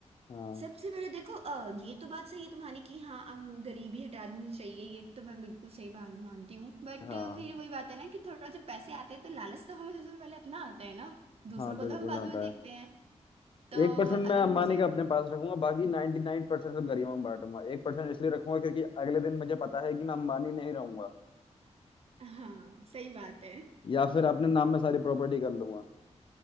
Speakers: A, on the left; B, on the right.
A: हाँ
B: सबसे पहले देखो अ, ये तो बात सही है तुम्हारी कि हाँ अम, गरीबी हटा देनी चाहिए ये तो मैं बिल्कुल सही बात मानती हूँ बट
A: हाँ
B: वही वही बात है ना कि थोड़ा जब पैसे आते हैं तो लालच तो हमें सबसे पहले अपना आता है ना दूसरों
A: हाँ बिल्कुल
B: को तो हम बाद
A: आता
B: में देखते
A: है
B: हैं तो
A: एक परसेंट मैं
B: अगर
A: अंबानी
B: मुझे
A: का अपने पास रखूंगा बाकी नाइन्टी नाइन परसेंट सब गरीबों में बांटूंगा एक परसेंट इसलिए रखूंगा क्योंकि अगले दिन मुझे पता है कि मैं अंबानी नहीं रहूंगा
B: हाँ सही बात है
A: या फिर अपने नाम में सारी प्रॉपर्टी कर लूंगा